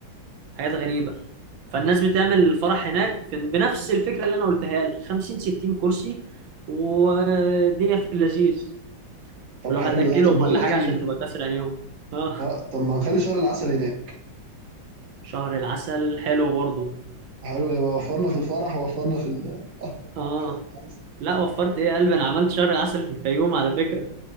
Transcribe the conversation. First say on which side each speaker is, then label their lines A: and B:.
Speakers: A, on the right (about 80°); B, on the right (about 45°).
A: حاجات غريبة فالناس بتعمل الفرح هناك في بنفس الفكرة اللي انا قلتها لك 50 60 كرسي والدنيا في اللذيذ
B: طب
A: ولو
B: حلو
A: هتاكلهم
B: ده طب بقول
A: ولا
B: لك
A: حاجة
B: إيه
A: عشان تبقى كاسر عينيهم اه
B: آه طب ما نخلي شهر العسل هناك
A: شهر العسل حلو برضو
B: حلو نبقى وفرنا في الفرح ووفرنا في ال <laughs>
A: اه
B: شهر العسل
A: لا وفرت ايه يا قلبي انا عملت شهر عسل في الفيوم على فكره